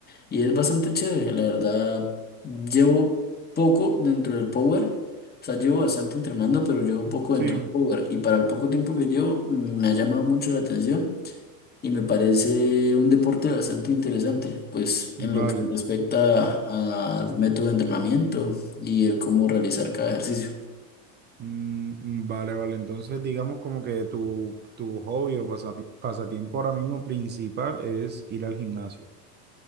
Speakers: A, on the left; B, on the right.
A: Y es bastante chévere, la verdad, llevo poco dentro del Power. O sea, llevo bastante entrenando, pero llevo poco
B: sí,
A: dentro del power. Y para el poco tiempo que llevo, mm, me ha llamado mucho la atención y me parece un deporte bastante interesante, pues en
B: vale.
A: lo que respecta a- al método de entrenamiento y el cómo realizar cada ejercicio.
B: Mm, vale, vale. Entonces, digamos como que tu, tu hobby o pasa- pasatiempo ahora mismo principal es ir al gimnasio.